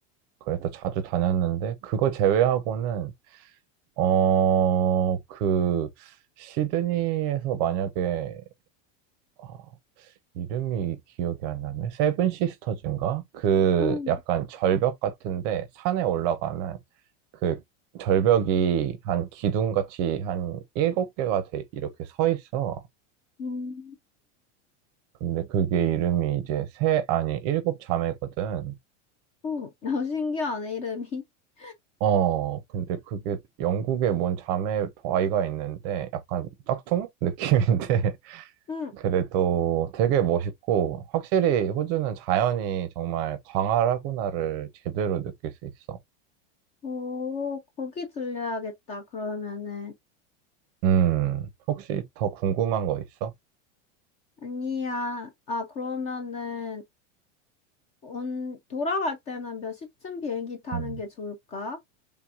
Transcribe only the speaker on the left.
응,
음,
응, 어, 신기하네, 이름이. <laughs>
응,
오, 거기 들려야겠다, 그러면은.
아니야. 아, 그러면은, 온, 돌아갈 때는 몇 시쯤 비행기 타는
게 좋을까?